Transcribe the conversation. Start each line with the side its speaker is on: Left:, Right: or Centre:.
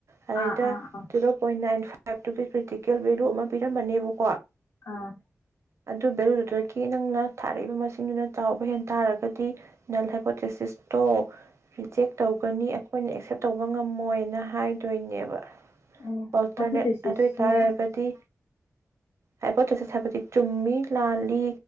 Right: ꯑꯗꯩꯗ
Left: ꯑꯥ ꯑꯥ ꯑꯥ ꯑꯥ ꯑꯥ ꯑꯥ
Right: ꯖꯤꯔꯣ ꯄꯣꯏꯟ ꯅꯥꯏꯟ ꯐꯥꯏꯚ ꯇꯥꯏꯞꯇꯨꯒꯤ ꯀ꯭ꯔꯤꯇꯤꯀꯦꯜ ꯚꯦꯂꯨ ꯑꯃ ꯄꯤꯔꯝꯕꯅꯦꯕ
Left: ꯑꯥ
Right: ꯑꯗꯨ ꯚꯦꯂꯨꯗꯨꯗꯒꯤ ꯅꯪꯅ ꯊꯥꯔꯛꯏꯕ ꯃꯁꯤꯡꯗꯨꯅ ꯆꯥꯎꯕ ꯍꯦꯟ ꯇꯥꯔꯒꯗꯤ ꯅꯜ ꯍꯥꯏꯄꯣꯊꯦꯁꯤꯁ ꯇꯣ ꯔꯤꯖꯦꯛ ꯇꯧꯒꯅꯤ ꯑꯠ ꯑꯈꯣꯏꯅ ꯑꯦꯛꯁꯦꯞ ꯇꯧꯕ ꯉꯝꯃꯣꯏꯅ ꯍꯥꯏꯗꯣꯏꯅꯦꯕ
Left: ꯑꯣ
Right: ꯑꯣꯜꯇꯔꯅꯦꯠ
Left: ꯍꯥꯏꯄꯣꯊꯦꯁꯤꯁꯁꯦ
Right: ꯑꯗꯨ ꯑꯣꯏꯇꯥꯔꯒꯗꯤ ꯍꯥꯏꯄꯣꯊꯦꯁꯤꯁ ꯍꯥꯏꯕꯗꯤ ꯆꯨꯝꯃꯤ ꯂꯥꯜꯂꯤ